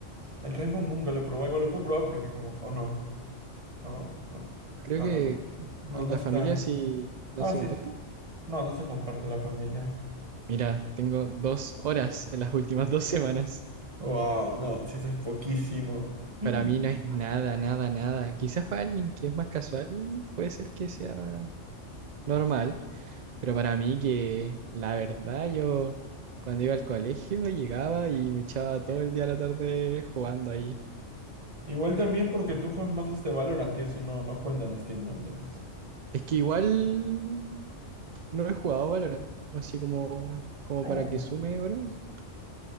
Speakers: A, on the right (about 25°); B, on the right (about 60°).
A: El Rainbow nunca lo he probado, igual lo puedo probar porque como, oh no. A ver, no, no.
B: Creo
A: No,
B: que
A: no, no,
B: en
A: no
B: la
A: está.
B: familia sí no
A: Ah,
B: se
A: sí.
B: comparte.
A: sí. No, no se comparte la familia.
B: Mira, tengo dos horas en las últimas dos semanas.
A: Wow, no, sí, eso es poquísimo. <laughs>
B: Para mí no es nada, nada, nada. Quizás para alguien que es más casual puede ser que sea normal, pero para mí que la verdad yo cuando iba al colegio llegaba y me echaba todo el día a la tarde jugando ahí.
A: Igual también porque tú juegas más este Valorant y eso no, no cuenta en Steam, ¿no? Entonces.
B: Es que igual no he jugado Valorant, así como, como
A: Oh,
B: para que sume horas.